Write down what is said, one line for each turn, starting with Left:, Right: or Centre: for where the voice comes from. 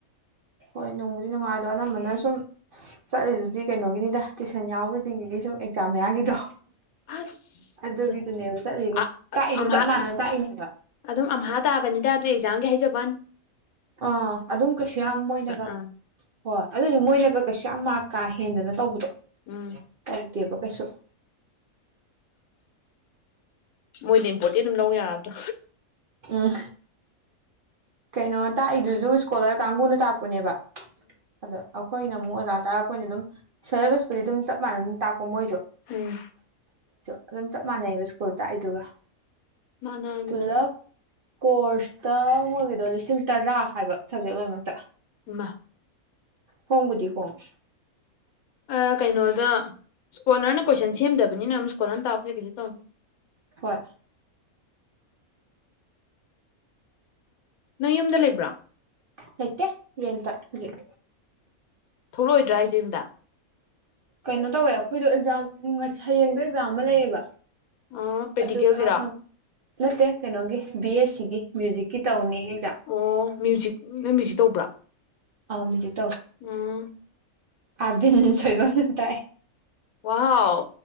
Right: ꯍꯣꯏ ꯅꯣꯡꯕꯨꯗꯤ ꯅꯨꯡꯉꯥꯏꯗꯣ ꯑꯅꯝꯕꯅ ꯁꯨꯝ ꯆꯠꯂꯤꯗꯨꯗꯤ ꯀꯩꯅꯣꯒꯤꯅꯤꯗ ꯇꯨꯏꯁꯟ ꯌꯥꯎꯕꯁꯤꯡꯒꯤꯗꯤ ꯁꯨꯝ ꯑꯦꯛꯖꯥꯝ ꯃꯌꯥꯒꯤꯗꯣ
Left: ꯑꯁ
Right: ꯑꯗꯨꯒꯤꯗꯨꯅꯦꯕ ꯆꯠꯂꯤꯁꯦ
Left: ꯑꯥ
Right: ꯇꯥꯛꯏꯗꯣ ꯆꯞ ꯃꯥꯟꯅꯅ ꯇꯥꯛꯏꯅꯦꯕ
Left: ꯑꯗꯨꯝ ꯑꯝꯍꯥ ꯇꯥꯕꯅꯤꯗ ꯑꯗꯨ ꯑꯦꯛꯖꯥꯝꯒꯤ ꯍꯥꯏ ꯕꯥꯟ
Right: ꯑꯥ ꯑꯗꯨꯝ ꯀꯩꯁꯨ ꯌꯥꯝ ꯃꯣꯏꯅꯒ
Left: ꯑꯥ
Right: ꯍꯣꯏ ꯑꯗꯨꯗꯤ ꯃꯣꯏꯅꯒ ꯀꯩꯁꯨ ꯌꯥꯝ ꯃꯥ ꯀꯥꯏ ꯍꯦꯟꯗꯅ ꯇꯧꯕꯗꯣ
Left: ꯎꯝ
Right: ꯇꯧꯗꯦꯕ ꯀꯩꯁꯨ <inaudible>
Left: ꯃꯣꯏꯅ ꯏꯝꯄꯣꯔꯠꯇꯦꯟ ꯑꯗꯨꯝ ꯂꯧ ꯌꯥꯔꯕꯗ꯭ꯔꯣ
Right: ꯎꯝ ꯀꯩꯅꯣ ꯇꯥꯛꯏꯗꯨꯁꯨ ꯏꯁꯀꯣꯂꯔ ꯀꯥꯡꯒꯨꯅ ꯇꯥꯛꯄꯅꯦꯕ ꯑꯗꯣ ꯑꯩꯈꯣꯏꯅ ꯑꯃꯨꯛ ꯑꯣꯖꯥꯅ ꯇꯥꯔꯛ ꯑꯩꯈꯣꯏꯅ ꯑꯗꯨꯝ ꯁꯦꯂꯦꯕꯁꯄꯨꯗꯤ ꯑꯗꯨꯝ ꯆꯞꯃꯥꯟꯅꯅ ꯇꯥꯛꯄ ꯀꯃꯣꯏꯖ
Left: ꯎꯝ
Right: <unintelligible> ꯑꯗꯨꯝ ꯆꯞ ꯃꯥꯟꯅꯩꯑꯕ ꯁ꯭ꯀꯨꯜ ꯇꯥꯛꯏꯗꯨꯒ
Left: ꯃꯥꯟꯅꯕꯅꯦ
Right: ꯄꯨꯂꯞ ꯀꯣꯔꯁꯇ ꯃꯣꯏꯒꯤꯗꯣ ꯑꯗꯣ ꯂꯤꯁꯤꯡ ꯇꯔꯥ ꯍꯥꯏꯕ ꯁꯕꯖꯦꯛ ꯂꯣꯏꯅꯃꯛꯇ
Left: ꯏꯃꯥ
Right: ꯍꯣꯡꯕꯨꯗꯤ ꯍꯣꯡꯏ
Left: ꯑꯣ ꯀꯩꯅꯣꯗ ꯏꯁꯀꯣꯂꯔꯅ ꯀꯣꯏꯁꯟ ꯁꯦꯝꯗꯕꯅꯤꯅ ꯑꯃꯨꯛ ꯏꯁꯀꯣꯂꯔ ꯑꯃ ꯇꯥꯛꯄꯁꯦ ꯀꯩꯁꯨ ꯇꯧꯅꯤ
Right: ꯍꯣꯏ
Left: ꯅꯪ ꯌꯨꯝꯗ ꯂꯩꯕ꯭ꯔꯥ
Right: ꯂꯩꯇꯦ ꯔꯦꯟꯠꯇ ꯍꯧꯖꯤꯛ
Left: ꯊꯣꯛꯂꯛꯑꯣꯏꯗ꯭ꯔꯥ ꯍꯥꯏꯁꯦ ꯌꯨꯝꯗ
Right: ꯀꯩꯅꯣ ꯇꯧꯋꯦ ꯑꯩꯈꯣꯏꯗꯣ ꯑꯦꯛꯖꯥꯝ ꯍꯌꯦꯡꯗ ꯑꯦꯛꯖꯥꯝ ꯑꯃ ꯂꯩꯌꯦꯕ
Left: ꯑꯥ practical
Right: ꯑꯗꯨꯒ
Left: ꯒꯤꯔꯣ
Right: ꯅꯠꯇꯦ ꯀꯩꯅꯣꯒꯤ ꯕꯤ ꯑꯦꯁ ꯁꯤꯒꯤ ꯃ꯭ꯌꯨꯖꯤꯛꯀꯤ ꯇꯧꯅꯤ ꯑꯦꯛꯖꯥꯝ
Left: ꯑꯣ ꯃ꯭ꯌꯨꯖꯤꯛ ꯅꯣꯏ ꯃ꯭ꯌꯨꯖꯤꯛ ꯇꯧꯕ꯭ꯔꯥ
Right: ꯑ <unintelligible>
Left: ꯎꯝ
Right: ꯑꯔꯕꯤꯟ ꯁꯣꯏꯕꯝ ꯇꯥꯛꯏ
Left: ꯋꯥꯍ